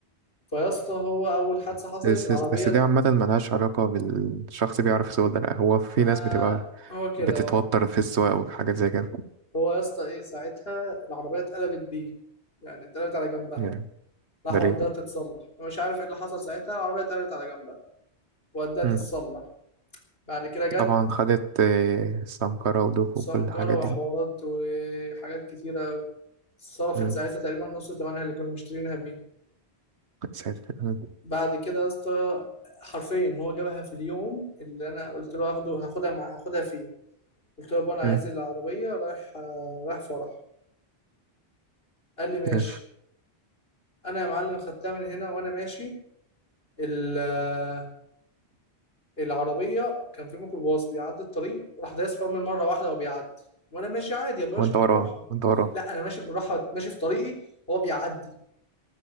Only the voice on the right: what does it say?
بس
بس
دي عامة ملهاش علاقة بالشخص بيعرف يسوق ده لأ هو في
ناس بتبقى
بتتوتر
في السواقة وحاجات زي كده
يعني
ده
ليه
مم.
طبعا خدت آه، سمكرة ودوكو
وكل الحاجات
دي
مم.
ساتر. مم.
مم.
يعني
وانت
وراه وانت وراه